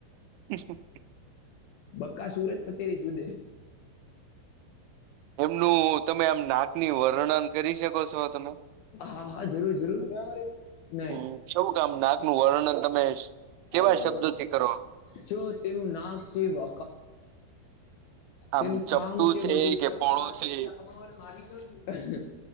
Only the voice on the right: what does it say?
<unintelligible>
એમનું તમે આમ નાકની વર્ણન કરી શકો છો તમે
હમ કેવું કે આમ નાકનું વર્ણન તમે કેવા
શબ્દોથી
કરો
આમ
ચપટું
કે
પોળું છે